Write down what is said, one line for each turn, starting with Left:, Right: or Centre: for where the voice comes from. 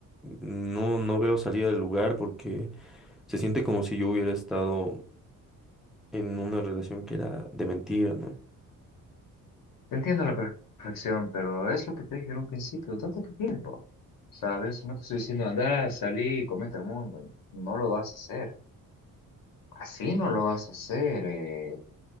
Centre: no, no veo salida del lugar porque se siente como si yo hubiera estado en una relación que era de mentira, ¿no?
Left: Te entiendo a la perfección, pero es lo que te dije en un principio, date tu tiempo, ¿sabes? No te estoy diciendo, anda, salí y comete el mundo, no lo vas a hacer, así no lo vas a hacer, eh,